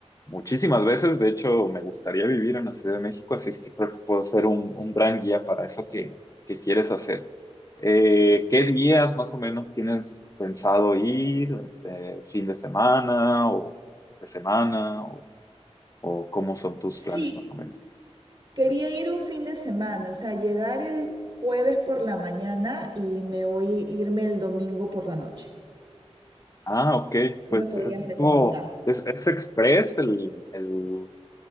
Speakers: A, on the left (about 30°); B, on the right (about 45°).
A: muchísimas veces. De hecho, me gustaría vivir en la Ciudad de México, así es que creo que puedo ser un, un gran guía para eso que, que quieres hacer. Eh, ¿qué días más o menos tienes pensado ir? Eh, ¿fin de semana o de semana? ¿O, o cómo son tus planes
B: Sí,
A: más o menos?
B: quería ir un fin de semana, o sea, llegar el jueves por la mañana y me voy a irme el domingo por la noche.
A: Ah, ok,
B: ¿Qué
A: pues
B: me podrías
A: es algo,
B: recomendar?
A: es, es express el, el